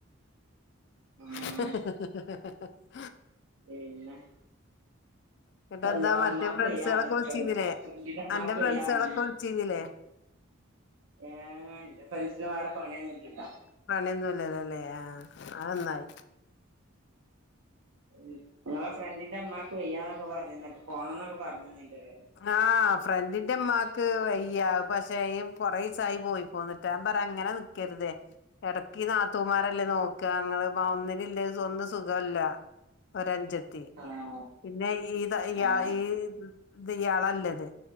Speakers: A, on the right (about 75°); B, on the left (about 55°).
A: ആഹ്
B: ആഹഹഹഹഹഹ
A: പിന്നെ
B: ഇങ്ങട്ടെന്താ
A: അള്ളാ
B: മറ്റേ
A: ഉമ്മാക്ക്
B: ഫ്രണ്ട്സേളൊക്കെ
A: വയ്യാറിയും
B: വിളിച്ചീന്നിലേ
A: ഫ്രണ്ട് ഫ്രണ്ടിന്റെ ഉമ്മാക്ക്
B: അന്റെ ഫ്രണ്ട്സേളൊക്കെ
A: വയ്യാറിയും
B: വിളിച്ചീന്നിലേ
A: ഏഹ് എന്റെ ഫ്രണ്ട്സിന് വേറെ പണിയൊന്നുമില്ലല്ലോ
B: പണിയൊന്നുമില്ലല്ലേ ആഹ് അന്നായി
A: ഉം നിങ്ങടെ ഫ്രണ്ടിന്റെ അമ്മാക്ക് വയ്യാന്നൊക്കെ പറഞ്ഞിരുന്നിട്ട് പോണന്നൊക്കെ പറഞ്ഞിരുന്നില്ലേടെ
B: ആഹ് ഫ്രണ്ടിന്റെയുമ്മാക്ക് വയ്യ പക്ഷേ കൊറെ ദിവസായി പോയി പോന്നിട്ട് ഞാൻ പറ അങ്ങനെ നി കരുതേ ഇടക്ക് ഈ നാത്തൂമാരല്ലേ നോക്ക്ആ, ങ്ങള് മാ ഒന്നിനില്ലേ ഒന്ന് സുഖല്ല. ഒരഞ്ചത്തി,
A: ആഹ്
B: പിന്നെ ഈത ഈ
A: ആഹ്
B: ആ ഈ. ഇത് ഇയാളല്ലത്.